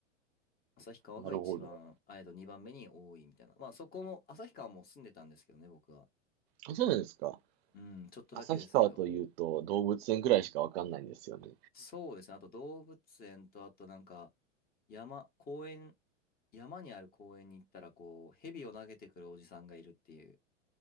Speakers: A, on the left (about 25°); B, on the right (about 50°).
A: 旭川が一番、
B: なるほど。
A: あえっと、2番目に多いみたいな。まあそこも、旭川も住んでたんですけどね、僕は。
B: あ、そうなんですか。
A: うん、ちょっとだけですけど。
B: 旭川というと動物園ぐらいしかわかんないんですよね。
A: そうですね、あと動物園と、あとなんか、山、公園、山にある公園に行ったら、こう、蛇を投げてくるおじさんがいるっていう